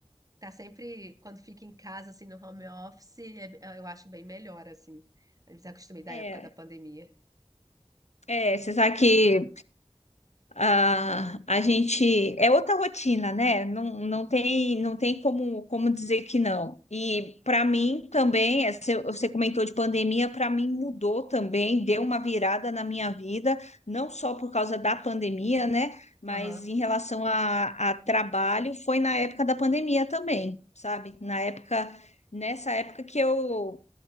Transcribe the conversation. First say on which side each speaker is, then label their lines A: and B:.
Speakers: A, on the right; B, on the left.
A: tá sempre, quando fica em casa, assim, no home office, é- eu acho bem melhor, assim. Eu desacostumei da
B: É,
A: época da pandemia.
B: é, você sabe que a, a gente é outra rotina, né? Não, não tem, não tem como, como dizer que não. E para mim também, é, você você comentou de pandemia, para mim mudou também, deu uma virada na minha vida, não só por causa da pandemia, né? Mas
A: Aham,
B: em relação a, a trabalho, foi na época da pandemia também, sabe? Na época, nessa época que eu